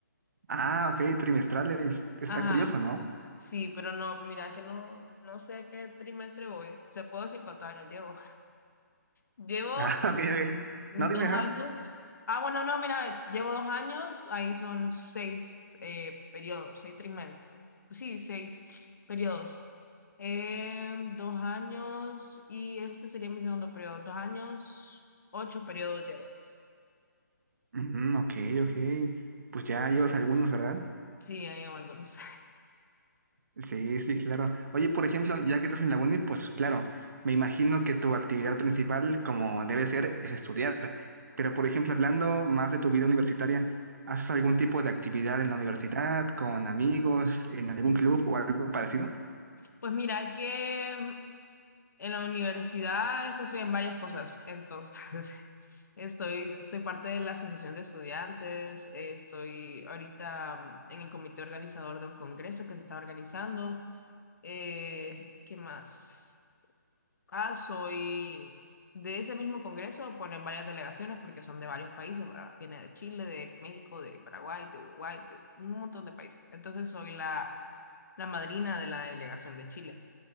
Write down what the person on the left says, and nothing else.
Ajá,
sí, pero no, mira que no, no sé qué trimestre voy. Se puedo decir cuántos años llevo. Llevo
dos
años. Ah, bueno, no, mira, llevo dos años. Ahí son seis eh, periodos, seis trimestres. Sí, seis periodos. Eh, dos años y este sería mi segundo periodo. Dos años, ocho periodos llevo.
Sí, ahí llevo algunos.
<laughs>
Pues mira que En la universidad es que estoy en varias cosas, entonces <laughs> estoy, soy parte de la Asociación de Estudiantes, eh, estoy ahorita mm, en el comité organizador de un congreso que se está organizando. Eh, ¿qué más? Ah, soy de ese mismo congreso, ponen varias delegaciones porque son de varios países, ¿verdad? Viene de Chile, de México, de Paraguay, de Uruguay, de un montón de países. Entonces soy la, la madrina de la delegación de Chile.